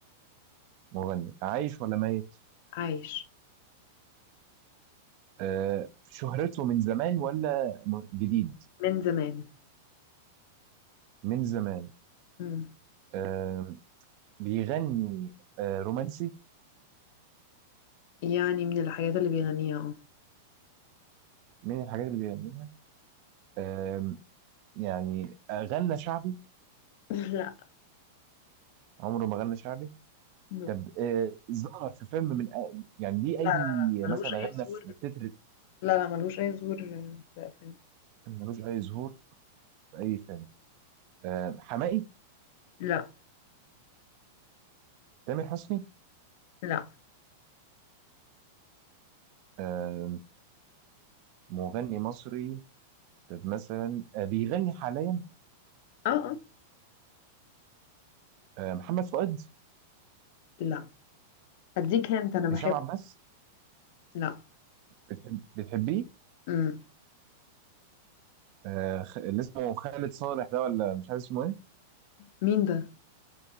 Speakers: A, on the right; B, on the left.
A: مغني عايش ولا ميت
B: عايش
A: آه شهرته من زمان ولا م- جديد
B: من زمان
A: من زمان
B: امم
A: آه، بيغني آه، رومانسي
B: يعني من الحاجات اللي بيغنيها
A: من الحاجات اللي بيغنيها آم، يعني غنى شعبي
B: <laughs> اه
A: عمره ما غنى شعبي
B: لا
A: طب
B: لا
A: آه، ظهر في فيلم من يعني ليه
B: لا
A: اي
B: لا ملوش
A: مثلا
B: اي
A: غنى
B: ظهور
A: في تتر
B: لا لا ملوش اي ظهور في الافلام
A: ملوش اي ظهور في اي فيلم آم، حماقي
B: لا
A: تامر حسني
B: لا
A: آم، مغني مصري طب مثلا آه، بيغني حاليا
B: اه اه
A: آه، محمد فؤاد
B: لا هديك هنت انا بحب
A: هشام عباس
B: لا
A: بتحب بتحبيه
B: امم
A: آه، خ- اللي اسمه خالد صالح ده ولا مش عارف اسمه ايه
B: مين ده